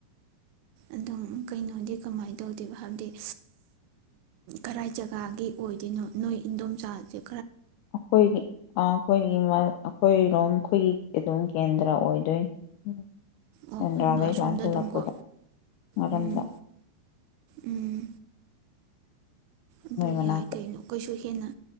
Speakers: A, on the right; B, on the left.
A: ꯑꯗꯨꯝ ꯀꯩꯅꯣꯗꯤ ꯀꯃꯥꯏꯅ ꯇꯧꯗꯦꯕ ꯍꯥꯏꯕꯗꯤ ꯀꯗꯥꯥꯏ ꯖꯒꯥꯒꯤ ꯑꯣꯏꯗꯣꯏꯅꯣ ꯅꯣꯏ ꯏꯗꯣꯝꯆꯥꯁꯦꯕ
B: ꯍꯣꯏꯅꯤ ꯑꯥꯣꯏ ꯑꯩꯈꯣꯏꯔꯣꯝ ꯑꯩꯈꯣꯏꯒꯤ ꯑꯗꯨꯝ ꯀꯦꯟꯗ꯭ꯔ ꯑꯣꯏꯗꯣꯏꯅꯤ
A: ꯑꯣ ꯅꯣꯏ
B: ꯗꯩ
A: ꯑꯁꯣꯝꯗ
B: ꯂꯥꯟꯁꯤꯂꯄꯗ
A: ꯑꯗꯨꯝꯀꯣ
B: ꯃꯔꯔꯝꯗ
A: ꯎꯝ ꯎꯝ ꯑꯗꯨ
B: ꯃꯅꯥꯛꯇ
A: ꯌꯥꯏ ꯀꯩꯅꯣ ꯀꯩꯁꯨ ꯍꯦꯟꯅ